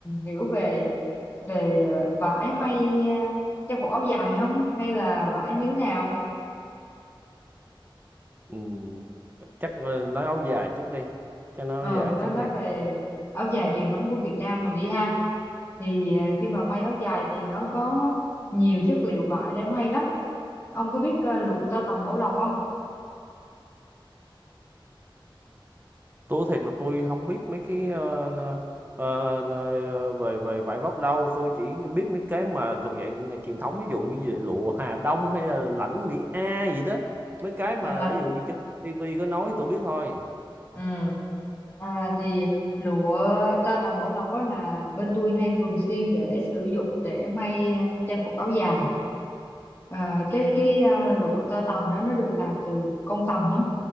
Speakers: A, on the left; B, on the right.
A: hiểu về về ờ, vải may ờ, trang phục áo dài không hay là vải như thế nào?
B: ừm, chắc ờ, nói áo dài trước đi chắc nói
A: Ừ,
B: áo dài
A: nó
B: trước
A: nói
B: đi
A: về áo dài truyền thống của Việt Nam mình đi ha. Thì ờ, khi mà may áo dài thì nó có nhiều chất liệu vải để may lắm. Ông có biết ờ, lụa tơ tằm bảo lộc không?
B: tôi thiệt là tôi không biết mấy cái ờ, nơ- ờ, nơ- ờ, về về vải vóc đâu tôi chỉ biết mấy cái mà thuộc dạng truyền thống ví dụ như về lụa Hà Đông hay là lãnh Mỹ A gì đó mấy cái mà
A: À, là
B: ví dụ như trên tivi có nói thì tôi biết thôi
A: ừ. À, thì lụa tơ tằm bảo lộc đó là bên tôi hay thường xuyên để sử dụng để may à, trang phục áo dài à, cái cái à, lụa tơ tằm đó nó được làm từ con tằm á